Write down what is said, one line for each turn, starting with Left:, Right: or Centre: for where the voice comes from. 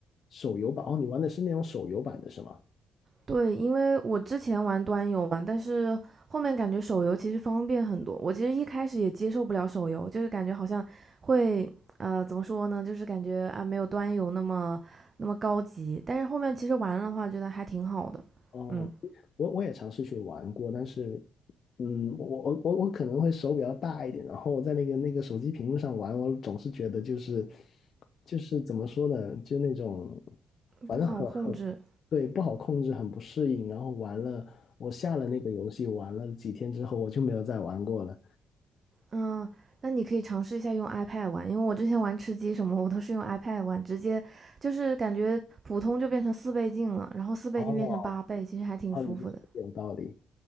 Left: 手游版哦，你玩的是那种手游版的是吗？
Right: 对，因为我之前玩端游嘛，但是后面感觉手游其实方便很多。我其实一开始也接受不了手游，就是感觉好像会呃怎么说呢，就是感觉啊没有端游那么那么高级。但是后面其实玩的话，觉得还挺好的，
Left: 哦，
Right: 嗯，
Left: 我我也尝试去玩过，但是，嗯，我我我我可能会手比较大一点，然后我在那个那个手机屏幕上玩，我总是觉得就是就是怎么说呢，就那种反正很很对不好控制，
Right: 不好控制。
Left: 很不适应。然后玩了，我下了那个游戏，玩了几天之后，我就没有再玩过了。
Right: 嗯，那你可以尝试一下用 iPad 玩，因为我之前玩吃鸡什么，我都是用 iPad 玩，直接就是感觉普通就变成四倍镜了，然后四倍镜变成八倍，
Left: 哦，
Right: 其实还挺舒服的。
Left: 那你说的有道理。